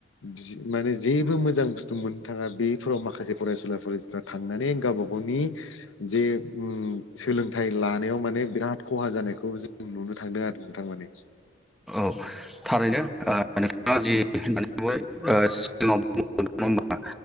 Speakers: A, on the left; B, in the centre.
A: सि माने जेबो मोजां बुस्थु मोननो थांङा बे फोराव माखासे फरायसुला फरायसुलिफ्रा थांनानै गावबा गावनि जे उम सोलोंथाइ लानायाव माने बिराद खहा जानायखौ जों नुनो थांदों आरो नोंथां माने
B: औ थारैनो ओ नोंथांङा जि होननानै बु ओ सिगांङाव